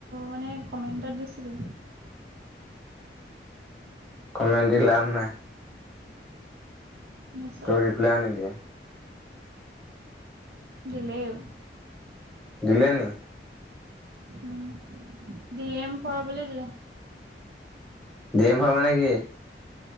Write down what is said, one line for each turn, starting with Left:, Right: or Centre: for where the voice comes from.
Right: মানে কমেন্টত দিছিলো।
Centre: কমেণ্ট দি লাভ নাই।
Right: তাৰপিছত
Centre: তোৰ ৰিপ্লাই নিদিয়ে।
Right: দিলেও।
Centre: দিলে নে?
Right: অহ, ডি -এম ফৰ বোলি দিলে।
Centre: ডি এম ভৰাব নে কি?